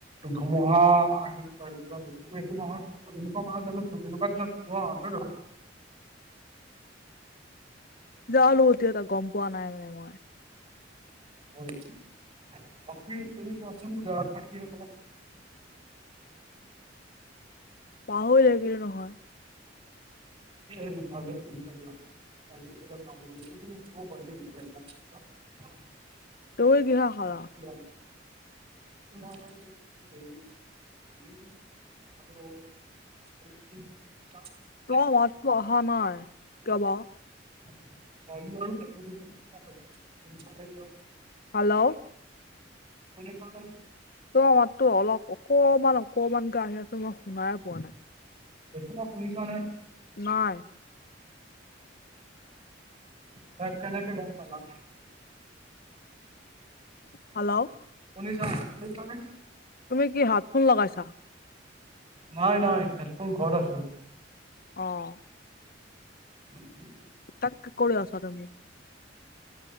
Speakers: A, on the right (about 30°); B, on the left (about 50°).
A: ধুমুহা আহিব আহিব পায় <unintelligible> এনেকুৱা মাহত জানোঁ এনেকুৱা দিনত ধুমুহা আহে জানো
B: যা নো এতিয়া তা গম পোৱা নাই মানে মই
A: হয় বাকী তুমি কোৱাচোন দৰাচাকি সকলক
B: পাহৰি থাকিলো নহয়
A: এই ভালে পচাই দিয়া <unintelligible> <unintelligible>
B: তুমি কিহে খালা? <unintelligible>
A: মই, ভিনি, আমি আৰু <unintelligible>
B: তোমাৰ মাত অহা নাই কিয়বা
A: <unintelligible>
B: হেল্ল'
A: শুনিছা নে
B: তোমাৰ মাতটো অলপ অকমান অকমান কে আহি আছে মই শুনাই পোৱা নাই
A: এতিয়া শুনিছা নে
B: নাই
A: তই কেনেকে গম পালা
B: হেল্ল'
A: শুনিছ, শুনিছনে
B: তুমি কি হেডফোন লগাইছা
A: নাই নাই হেডফোন ঘৰত আছে
B: অ
A: <unintelligible>
B: তাক কি কৰি আছা তুমি